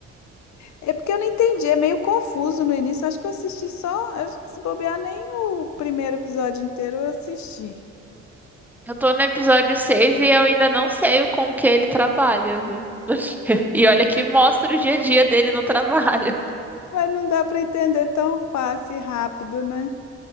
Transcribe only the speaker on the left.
É porque eu não entendi, é meio confuso no início. Acho que eu assisti só, eu- se bobear, nem o primeiro episódio inteiro eu assisti.
Mas não dá para entender tão fácil e rápido, né?